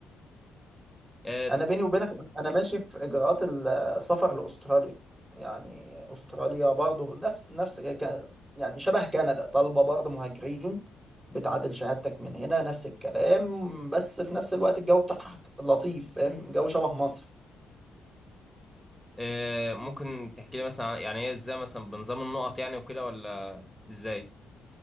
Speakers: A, in the centre; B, on the right.
A: آه،
B: انا بيني وبينك انا ماشي في اجراءات ال- السفر لاستراليا يعني استراليا برضو نفس نفس ك- يعني شبه كندا طالبه برضو مهاجرين بتعادل شهادتك من هنا نفس الكلام بس في نفس الوقت الجو بتاعها لطيف فاهم جو شبه مصر
A: آه، ممكن تحكي لي مثلا عن- يعني هي ازاي مثلا بنظام النقط يعني وكده ولا ازاي